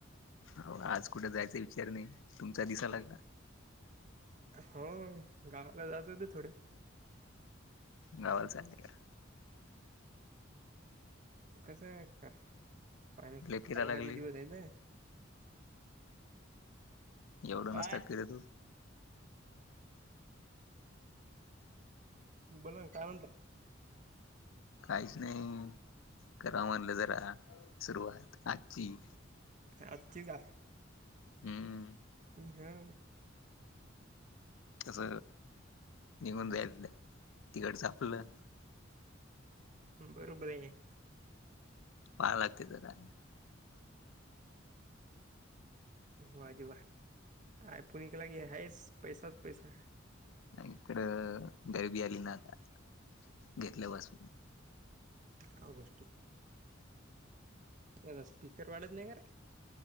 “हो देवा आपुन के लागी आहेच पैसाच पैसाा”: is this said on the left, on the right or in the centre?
Right